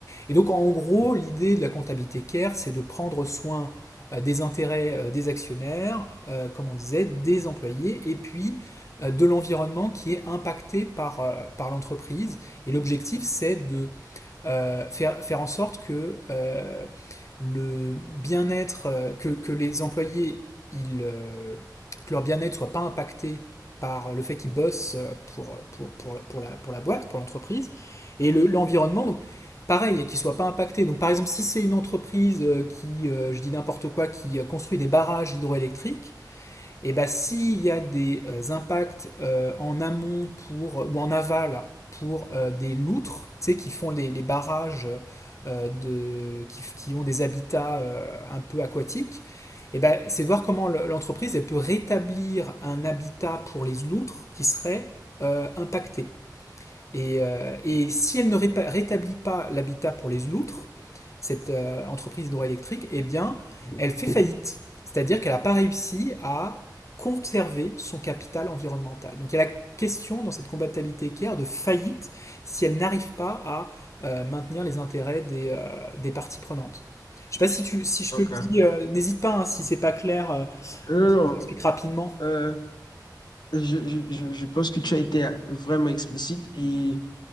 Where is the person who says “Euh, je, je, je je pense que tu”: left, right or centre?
Left